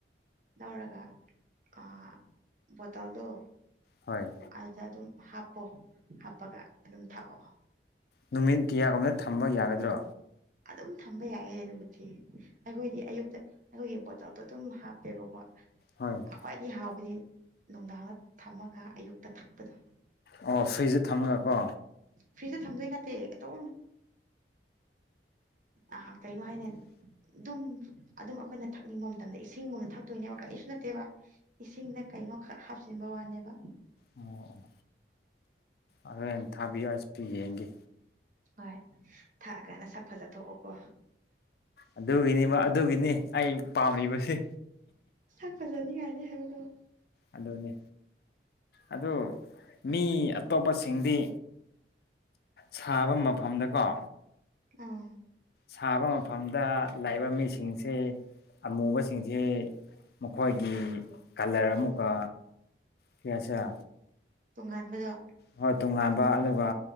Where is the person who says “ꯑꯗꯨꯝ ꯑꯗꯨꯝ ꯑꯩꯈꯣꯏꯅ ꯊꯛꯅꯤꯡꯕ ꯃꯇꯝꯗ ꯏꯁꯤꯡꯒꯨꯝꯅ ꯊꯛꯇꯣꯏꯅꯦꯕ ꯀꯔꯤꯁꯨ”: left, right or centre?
Right